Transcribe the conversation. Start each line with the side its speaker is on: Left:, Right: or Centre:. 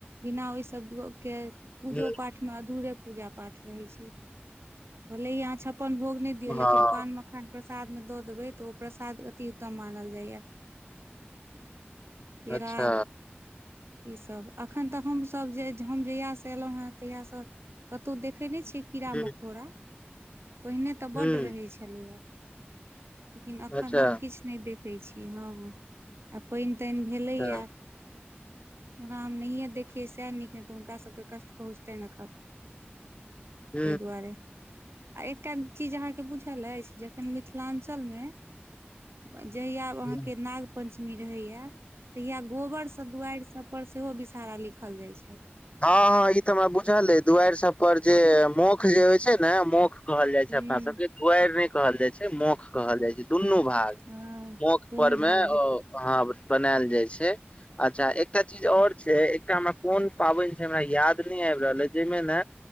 Right: बिना ओइ सब ब केँ पूजो
Left: हूँ
Right: पाठ में अधूरे पूजा पाठ रहे छै भले ही अहाँ छपन भोग नै दियौ
Left: हँ
Right: लेकिन पान मखान प्रसाद में दऽ देबै तऽ ओ प्रसाद अति उत्तम मानल जा यऽ। केेरा।
Left: अच्छा
Right: ई सब अखन तऽ हम सब जे हम जहिया से एलौ हे तहिया से कतौ देख, देखे नै छियै कीड़ा
Left: ह
Right: मकोड़ा <inaudible> पहिने तऽ
Left: ह
Right: बड रहे छलै यऽ लेकिन एखन
Left: अच्छा
Right: हम किछ नै देखै छीयै हऽ हऽ आ पैन तैन भेलैया
Left: अच्छा
Right: ओना हम नहिये देखियै सएह नीक नय तऽ हुनका सभके कष्ट पहुँचतै ऐेखन
Left: ह
Right: तेए दुआरे आ एकटा चीज अहाँ के बुझ झल ऐछ जखैन मिथलांचंल मे जहिया आब
Left: हँ
Right: नाग पञ्चमी रहैया तहिया गोबरसँ दुआइर सब पर सेहो विषहारा लिखल जाय छैथ
Left: हँ हँ ई तऽ हमरा बुझल अ दुआइर सभ पर जे मोख जे होइ छै ने मख- कहल जाय
Right: हूँ
Left: छै अपना सबके दुआएर नय कहल जाइ छै मौख कहल जाय छै दुनू भाग
Right: हँ
Left: मौख
Right: दुनू
Left: पर मे
Right: भाग ले
Left: ओ- ह बस बनायल जाइ छै अच्छा एकटा चीज और छै एकटा हमरा कोन- पाबैन छै हमरा याद नय आइब रहल ऐछ जाइमे ने